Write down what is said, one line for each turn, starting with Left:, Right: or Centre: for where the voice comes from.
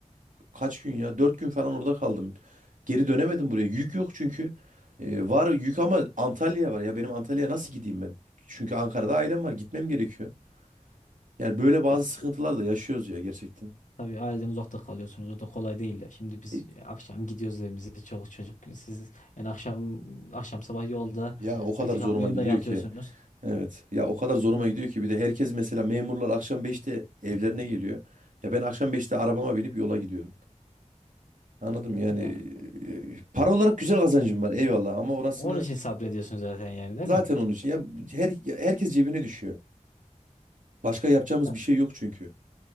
Right: kaç gün ya? Dört gün falan orada kaldım. Geri dönemedim buraya. Yük yok çünkü. E, var yük ama Antalya'ya var. Ya benim Antalya'ya nasıl gideyim ben? Çünkü Ankara'da ailem var. Gitmem gerekiyor. Yani böyle bazı
Left: ya
Right: sıkıntılar
Left: siz
Right: da yaşıyoruz ya gerçekten.
Left: tabii aileden uzakta kalıyorsunuz. O da kolay değil ya. Şimdi biz
Right: E,
Left: akşam gidiyoruz evimize. Çoluk çocuk. Siz yani akşam akşam sabah yolda
Right: Ya o kadar
Left: belki
Right: zoruma
Left: kamyonda
Right: gidiyor
Left: yatıyorsunuz.
Right: ki. Evet. Ya o kadar zoruma
Left: E,
Right: gidiyor ki bir de herkes mesela memurlar akşam beşte evlerine geliyor. Ya ben akşam beşte arabama binip yola gidiyorum. Anladım yani
Left: Ya
Right: e, para olarak güzel kazancım var eyvallah ama orasını
Left: onun için sabrediyorsunuz zaten yani değil
Right: zaten
Left: mi?
Right: onun için ya her, ya herkes cebine düşüyor. Başka yapacağımız
Left: Ya,
Right: bir şey yok çünkü.